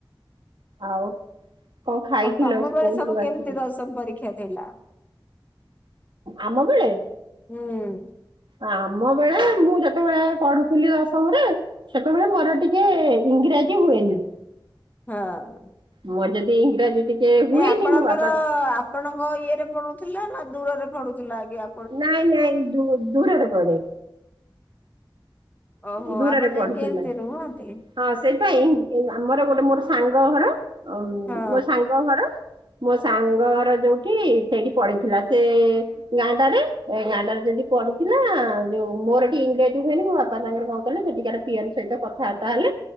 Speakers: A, on the right (about 65°); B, on the left (about 20°).
A: ଆଉ ଙ୍କ ଖାଇଥିଲ
B: ଆଉ ତମ
A: ସ୍କୁଲ୍
B: ବେଳେ ସବୁ
A: ରୁୁ ଆସିକି?
B: <inaudible>
A: ଆମ ବେଳେ।
B: ହୁଁ।
A: ଆମ ବେଳେ ମୁଁ ଯେତବଳେ ପଢୁଥିଲି ଦଶମ୍‌ରେ। ସେତବେଳେ ମୋର ଟିକେ ଇଂରାଜୀ ହୁଏନି।
B: <inaudible>
A: ମୋର ଯଦି ଇଂରାଜୀ ଟିକେ ହୁଏନି
B: ଏ ଆପଣଙ୍କର
A: ମୋ ବାପା
B: ଆପଣଙ୍କ ଇଏରେ ପଡୁଥିଲା ନା ଦୂରରେ ପଡୁଥିଲା ଆଜ୍ଞା।
A: ନାଇଁ ନାଇଁ ଦୂରରେ ପଢେ।
B: ଓହୋ
A: ଦୂରରେ
B: ଆପଣ
A: ପଢୁଥିଲା
B: ଯାଇକି କେମିତି ରୁହନ୍ତି?
A: ହଁ ସେଇପାଇଁ ଆମର ଗୋଟେ ମୋର ସାଙ୍ଗ ଘର
B: ହଁ
A: ମୋ ସାଙ୍ଗ ଘର ମୋ ସାଙ୍ଗ ଘର ଯୋଉଠି ସେଇଠି ପଡିିଥିଲା ସେ ଗାଁଟାରେ ଏ ଗାଁଟାରେ ଯଦି ପଢିଥିଲା ଯୋଉ ମୋର ଏଠି ଇଂରେଜୀ କୁ ହୁଅନି ମୋ ବା ବାପା ତାଙ୍କର କଣ କଲେ ସେଠିକାର ପିଅନ ସହିତ କଥାବାର୍ତା ହେଲେ